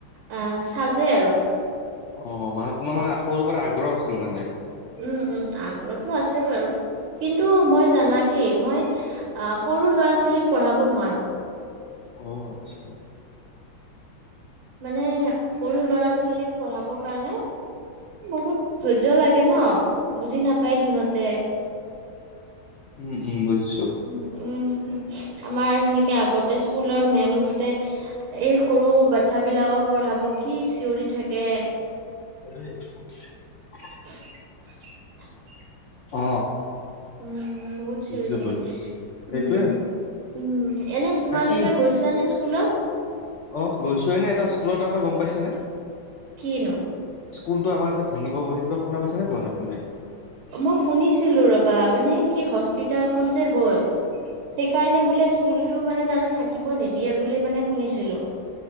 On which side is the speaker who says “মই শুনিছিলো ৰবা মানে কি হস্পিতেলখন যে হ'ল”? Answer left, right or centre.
Right